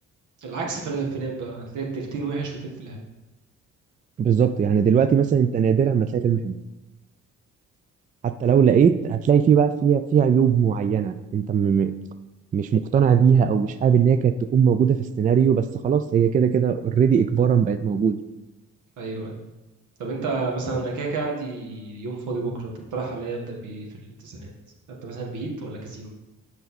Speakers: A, on the right; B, on the right.
A: العكس في الافلام بقى هتلاقي التلتين وحش وتلت الحلو
B: بالظبط يعني دلوقتي مثلا انت نادرا ما تلاقي فيلم حلو حتى لو لقيت هتلاقي فيه بقى فيها فيه عيوب معينة انت م... م- مش مقتنع بيها او مش حابب ان هي كانت تكون موجودة في السيناريو بس خلاص هي كده كده اوريدي اجبارا بقت موجودة
A: ايوه أيوه. طب انت مثلا انا كده كده عندي يوم فاضي بكره تقترح عليا ابدا بايه في التسعينات ابدا مثلا بهيت ولا كازينو